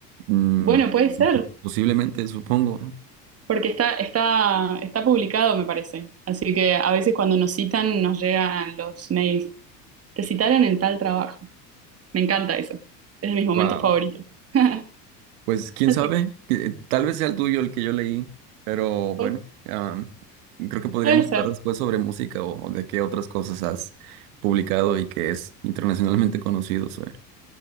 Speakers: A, on the right; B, on the right.
A: Mm,
B: Bueno, puede ser,
A: no sé, posiblemente, supongo.
B: porque está, está, está publicado, me parece. Así que a veces cuando nos citan nos llegan los mails. Te citaron en tal trabajo. Me encanta eso. Es de mis momentos
A: Wow.
B: favoritos. <laughs>
A: Pues quién
B: Así
A: sabe,
B: que
A: que- eh, tal vez sea el tuyo el que yo leí, pero bueno,
B: pu-
A: am, creo que podríamos
B: puede ser.
A: hablar después sobre música o, o de qué otras cosas has publicado y que es internacionalmente conocido, Zoe.